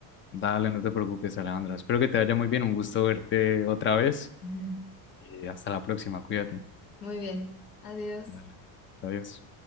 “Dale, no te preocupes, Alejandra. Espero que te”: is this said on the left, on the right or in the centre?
Left